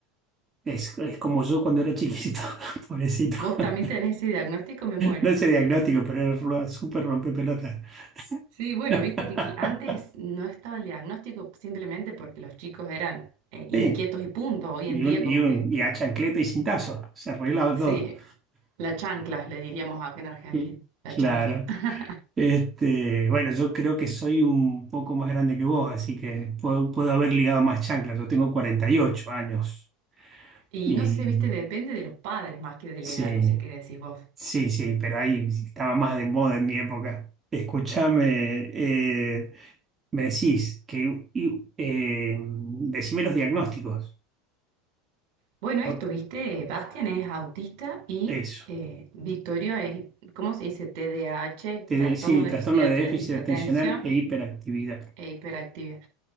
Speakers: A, on the right; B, on the right.
A: es, es como yo cuando era chiquito, <laughs> pobrecito.
B: ¿Vos
A: <laughs>
B: también tenés ese diagnóstico? Me muero.
A: No sé diagnóstico, pero era ru- súper rompepelota.
B: Sí, bueno,
A: <laughs>
B: viste que qui- antes no estaba el diagnóstico simplemente porque los chicos eran eh, inquietos
A: Sí,
B: y punto. Hoy
A: y,
B: en día
A: un,
B: como
A: y, un,
B: que,
A: y a chancleta y cintazo, se arreglaba
B: sí,
A: todo.
B: la chancla, le diríamos acá en Argentina,
A: Sí.
B: la
A: Claro.
B: chancla. <laughs>
A: Este, bueno, yo creo que soy un poco más grande que vos, así que puedo, puedo haber ligado más chanclas. Yo tengo 48 años
B: Y
A: y
B: no sé, viste, depende de los padres más que de
A: sí.
B: la edad, no sé qué decís vos.
A: Sí, sí, pero ahí estaba más de moda en mi época. Escúchame, eh, me decís que y, eh, decime los diagnósticos.
B: Bueno, esto,
A: ¿no?
B: viste, Bastian es autista y
A: Eso.
B: eh, Victorio es, ¿cómo se dice? TDAH,
A: Te
B: trastorno
A: de- sí,
B: de
A: trastorno
B: déficit de,
A: de
B: aten-
A: déficit
B: de atención
A: atencional e hiperactividad.
B: e hiperactividad.